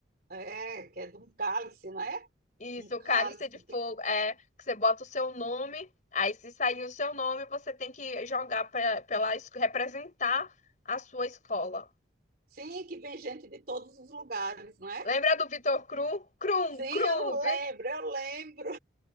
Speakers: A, on the right; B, on the left.
A: É, que é de um cálice, né?
B: Isso,
A: Um cálice
B: o Cálice de
A: que
B: Fogo,
A: tem.
B: é que você bota o seu nome, aí se sair o seu nome, você tem que jogar pra, pela es- representar a sua escola.
A: Sim, que vem gente de todos os lugares, né?
B: Lembra do Vitor Krum? Krum,
A: Sim,
B: Krum,
A: eu
B: Vitor.
A: lembro, eu lembro.